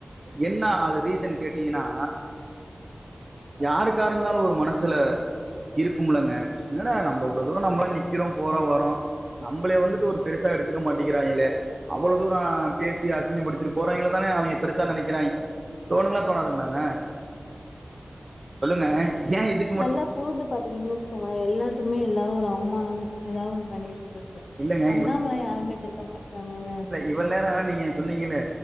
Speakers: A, on the right; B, on the left.
A: என்ன அது ரீசன் கேட்டிங்கன்னா யாருக்காருந்தாலு ஒரு மனசுல இருக்கும்லங்க என்ன டா நம்போ இவ்ளோ தூரோ நம்ளு நிக்கிறோ போறோ வரோ நம்ளே வந்துட்டு ஒரு பெருசா எடுத்துக்க மாட்டிக்கிறாங்களே அவ்ள தூரோ பேசி அசிங்கப்படுத்திட்டு போறவங்கள தானே அவங்க பெருசா நெனைக்கிறா தோணுங்ளா தோணாதுங்ளாங்க சொல்லுங்க ஏன் இதுக்
B: நல்லா கூர்ந்து பாத்திங்கன் வச்சுக்கோங்களே எல்லாத்துக்குமே எல்லாது ஒரு அவ்மானம் எதாது ஒன்னு பண்ணிட்
A: இல்லங்க
B: பண்ணாமலா யாருமே இருந்துருக்க மாட்டாங்கங்க
A: இவள் நேரோ நீங்க சொன்னிகளே